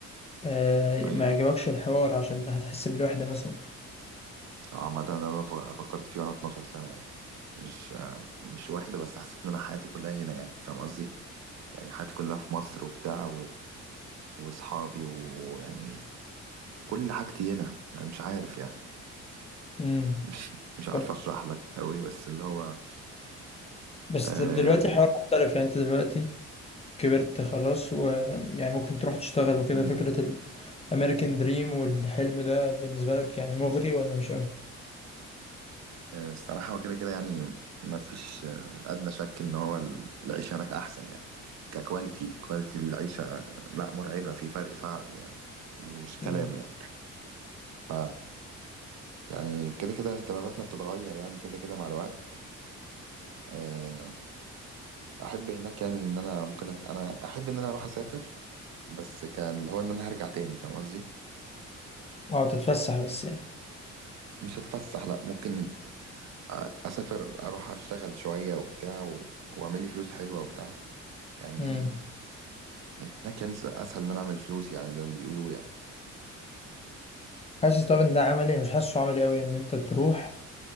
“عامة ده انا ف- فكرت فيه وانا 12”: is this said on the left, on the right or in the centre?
Right